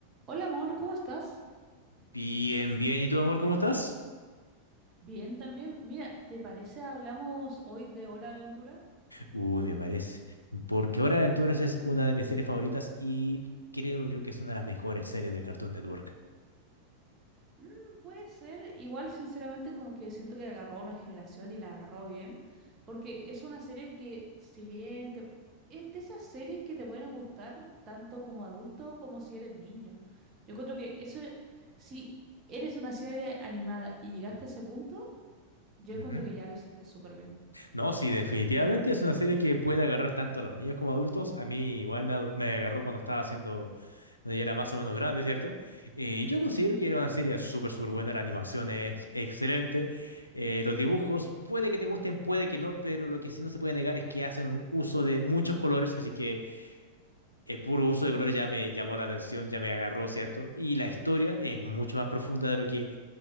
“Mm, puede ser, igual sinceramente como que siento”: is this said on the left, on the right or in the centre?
Right